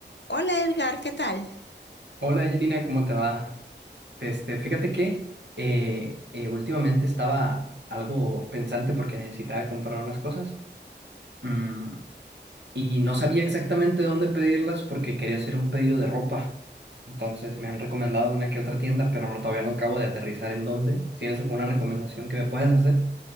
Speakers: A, on the left; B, on the right.
A: Hola Edgar, ¿qué tal?
B: Hola Angelina, ¿cómo te va? Este, fíjate que eh, eh, últimamente estaba algo pensante porque necesitaba comprar unas cosas mm, y no sabía exactamente dónde pedirlas porque quería hacer un pedido de ropa. Entonces me han recomendado una que otra tienda, pero no, todavía no acabo de aterrizar en dónde. ¿Tienes alguna recomendación que me puedas hacer?